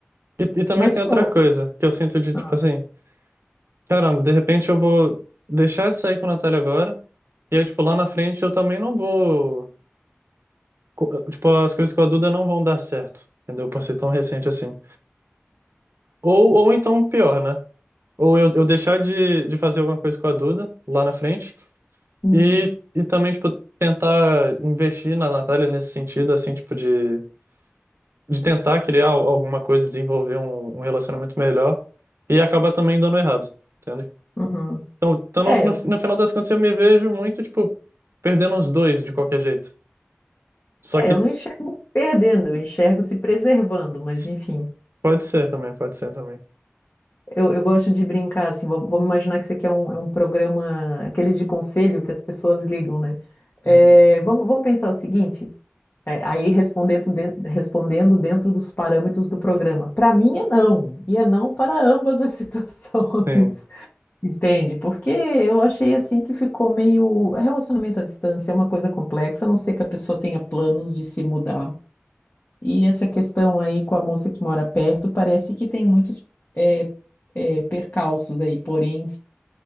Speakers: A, on the right; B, on the left.
A: E, e também
B: Mas
A: tem
B: de
A: outra
B: novo.
A: coisa que eu sinto de, tipo
B: ah,
A: assim, caramba, de repente eu vou deixar de sair com a Natália agora, e aí, tipo, lá na frente eu também não vou. co- Tipo, as coisas com a Duda não vão dar certo, entendeu? Por ser tão recente assim. Ou, ou então pior, né? Ou eu, eu deixar de, de fazer alguma coisa com a Duda lá na frente.
B: Uhum,
A: E, e também, tipo, tentar investir na Natália nesse sentido, assim, tipo, de, de tentar criar al- alguma coisa, desenvolver um, um relacionamento melhor e acabar também dando errado, entende?
B: uhum.
A: Então, então no,
B: É,
A: no, no final das contas, eu me vejo muito, tipo, perdendo os dois de qualquer jeito. Só
B: É,
A: que
B: eu não enxergo perdendo, eu enxergo se preservando, mas
A: s-
B: enfim.
A: pode ser também, pode ser também.
B: Eu, eu gosto de brincar, assim, vamos vamos imaginar que isso aqui é um, é um programa, aqueles de conselho que as pessoas ligam, né? É,
A: Uhum.
B: vamos, vamos pensar o seguinte, é, aí respondendo, den- respondendo dentro dos parâmetros do programa. Para mim é não, e é não para ambas as <laughs> situações,
A: Sim.
B: entende? Porque eu achei, assim, que ficou meio... Relacionamento à distância é uma coisa complexa, a não ser que a pessoa tenha planos de se mudar. E essa questão aí com a moça que mora perto, parece que tem muitos é, é, percalços aí, porém